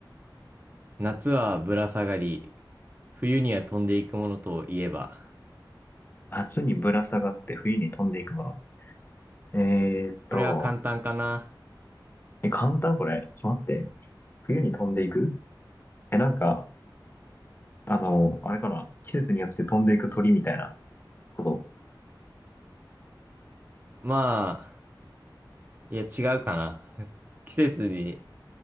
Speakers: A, on the right; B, on the left.
A: 夏はぶら下がり、冬には飛んでいくものといえば。
B: 夏にぶら下がって冬に飛んでいくもの。えーっと、
A: これは簡単かな。
B: え、簡単これ。ちょっと待って。冬に飛んでいくえ、なんか、あの、あれかな。季節によって飛んでいく鳥みたいなこと。
A: まあ、いや違うかな。<laughs> 季節に、